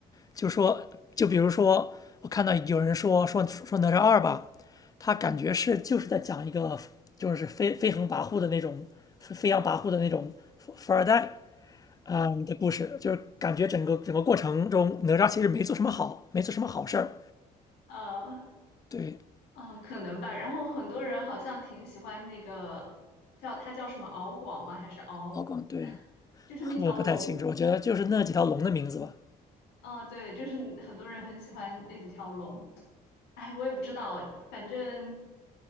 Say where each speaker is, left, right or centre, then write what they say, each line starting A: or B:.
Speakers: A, on the left; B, on the left.
A: 就说就比如说我看到有人说说说哪吒二吧，他感觉是就是在讲一个就是飞飞横跋扈的那种飞扬跋扈的那种富二代。嗯的故事，就是感觉整个整个过程中，哪吒其实没做什么好，没做什么好事儿。
B: 呃。
A: 对，
B: 嗯，可能吧。然后很多人好像挺喜欢那个叫它叫什么敖广吗？还是敖？
A: 敖广对，
B: <laughs> 就是那条龙。
A: 我不太清楚，我觉得就是那几条龙的名字吧。
B: 嗯，对，就是很多人很喜欢那几条龙。哎，我也不知道，反正，